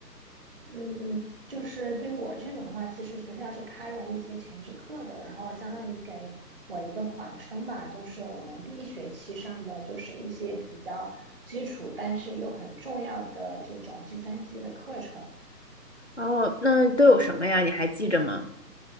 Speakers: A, on the right; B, on the left.
A: 嗯，嗯，就是对我这种的话，其实学校是开了一些前置课的，然后相当于给我一个缓冲吧。就是我们第一学期上的就是一些比较基础，但是又很重要的这种计算机的课程。
B: 哦，那都有什么呀？你还记着吗？